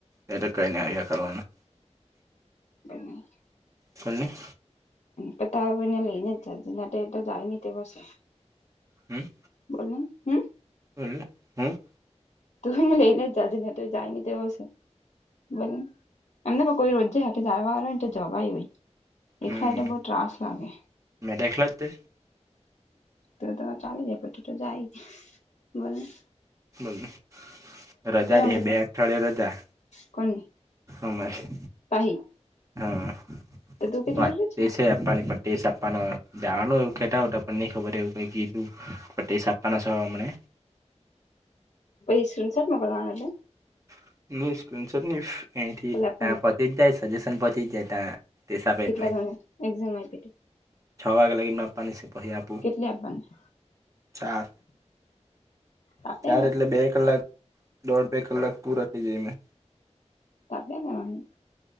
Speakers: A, on the right (about 25°); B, on the left (about 60°).
A: એ તો કઈ ની આવ્યા કરવાનું.
B: બંને.
A: ખોલની.
B: પતાવી ને એને લેઈને જ જાજે નેટો એતો જાય ની તેવો સે.
A: હમ્મ?
B: બોલની, હમ્મ?
A: બોલને, હું?
B: તું એને લેઈને જ જાજે ને તો જાયની તેવો સે. બોલની એમની પણ કોઈ રોજે હાતે જાવા વારુ ઓય નેતો જવાય બી.
A: હમ
B: એખલા તો બો ત્રાસ લાગે.
A: મેં તો એકલો જ તે
B: તું તા ચાલી જાય પછી તો જાયજ. બોલની.
A: બોલની, રજા દે
B: અમૃતા
A: હૈ બે અઠવાડિયા રજા.
B: કોની?
A: અમારી.
B: પાહી?
A: હા,
B: તો તું કીધું
A: વા
B: પછી
A: તે સે આપાની પણ ટેસ આપાનો. જવાનું એવું કેતા પણ નઈ ખબર એવું કઈ કીધું પણ ટેસ્ટ આપવાનો સે હમને.
B: પહિ સ્ક્રીનશોટ મોકલવાનો ને?
A: <unintelligible>
B: ખાલી આપણને કેટલા
A: એટલે
B: જણા એ એક્ઝામ આપીતી
A: છ વાગે લગીન આપવાની છે પહી આપું
B: કેટલી આપવાની
A: ચાર
B: આપ્યા
A: ચાર એટલે બે કલાક દોડ બે કલાક પૂરા થઇ જાય એમને
B: આપ્યા કરવાની